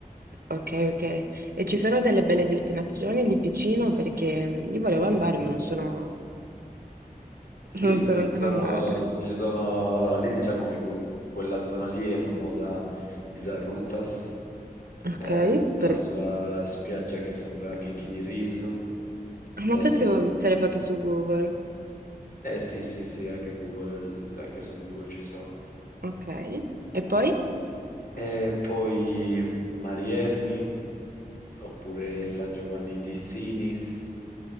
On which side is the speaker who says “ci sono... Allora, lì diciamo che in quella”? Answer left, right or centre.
Left